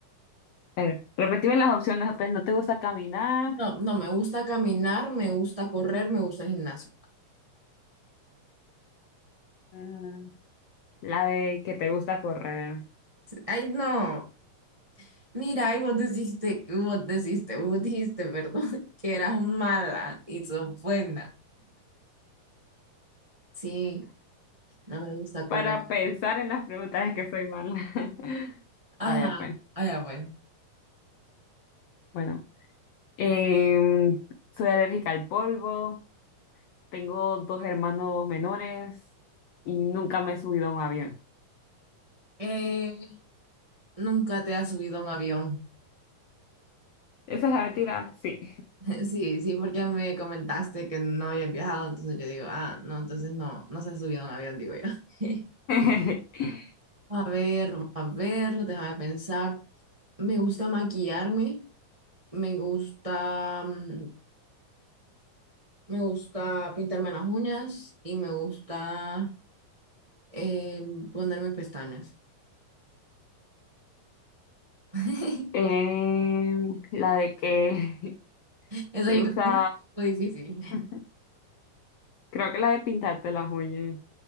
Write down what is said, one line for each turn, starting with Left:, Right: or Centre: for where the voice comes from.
Left: A ver, repetime las opciones otra vez. No te gusta caminar,
Right: No, no, me gusta caminar, me gusta correr, me gusta el gimnasio.
Left: mm, la de que te gusta correr.
Right: Ay, no. Mira, y vos deciste, vos deciste, vos dijiste, perdón, <laughs> que eras mala y sos buena. Sí, no me gusta
Left: Para
Right: correr, la
Left: pensar
Right: verdad.
Left: en las preguntas es que soy mala. <laughs>
Right: Ajá,
Left: Vaya, pues.
Right: allá bueno.
Left: Bueno, Em, soy alérgica al polvo, tengo dos hermanos menores y nunca me he subido a un avión.
Right: Eh, nunca te has subido a un avión.
Left: ¿Esa es la mentira? Sí.
Right: <laughs> Sí, sí, porque me comentaste que no habías viajado, entonces yo digo, ah, no, entonces no, no se ha subido a un avión, digo yo. <laughs>
Left: <laughs>
Right: A ver, a ver, déjame pensar. Me gusta maquillarme, me gusta mm, Me gusta pintarme las uñas y me gusta eh, ponerme pestañas. <laughs>
Left: Em, la de que <laughs>
Right: Eso
Left: te
Right: yo
Left: gusta,
Right: creo que es un poco difícil.
Left: <laughs> creo que la de pintarte las uñas.